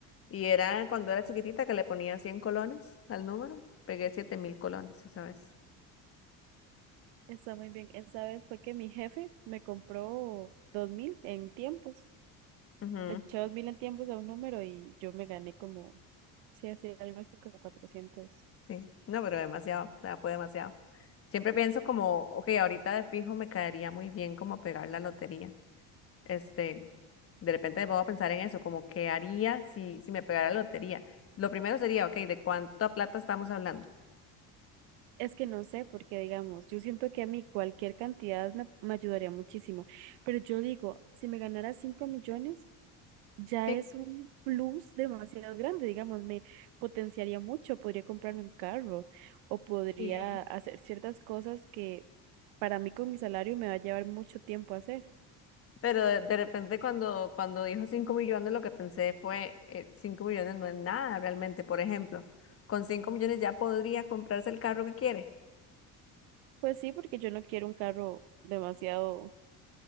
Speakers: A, on the left (about 35°); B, on the right (about 90°).
A: y era cuando era chiquitita que le ponía 100 colones al número, pegué siete mil colones esa vez.
B: Está muy bien. Esa vez fue que mi jefe me compró dos mil en tiempos.
A: Ujú,
B: Le eché dos mil en tiempos a un número y yo me gané como, sí, así, algo así como cuatrocientos
A: sí, no, pero demasiado, o sea, fue demasiado. Siempre pienso como, ok, ahorita de fijo me caería muy bien como pegar la lotería. Este, de repente me pongo a pensar en eso, como qué haría si, si me pegara la lotería. Lo primero sería, ok, ¿de cuánta plata estamos hablando?
B: Es que no sé, porque digamos, yo siento que a mí cualquier cantidad me, me ayudaría muchísimo. Pero yo digo, si me ganara 5 millones, ya
A: Sí.
B: es un plus demasiado grande. Digamos, me potenciaría mucho. Podría comprarme un carro o podría
A: sí.
B: hacer ciertas cosas que para mí con mi salario me va a llevar mucho tiempo hacer.
A: Pero de, de repente cuando, cuando dijo 5 millones, lo que pensé fue, eh, 5 millones no es nada realmente. Por ejemplo, con 5 millones ya podría comprarse el carro que quiere.
B: Pues sí, porque yo no quiero un carro demasiado